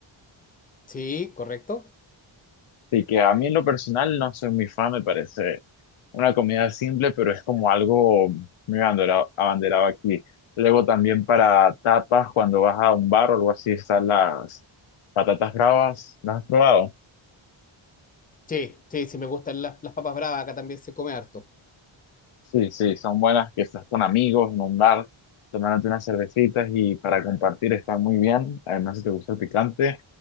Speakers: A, on the left (about 15°); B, on the left (about 80°).
A: Sí, correcto.
B: Sí que a mí en lo personal no soy muy fan, me parece una comida simple, pero es como algo muy abandera- abanderado aquí. Luego también para tapas, cuando vas a un bar o algo así, están las patatas bravas. ¿Las has probado?
A: Sí, sí, sí, me gustan las, las papas bravas, acá también se come harto.
B: Sí, sí, son buenas que estás con amigos en un bar, tomándote unas cervecitas y para compartir está muy bien. Además, si te gusta el picante,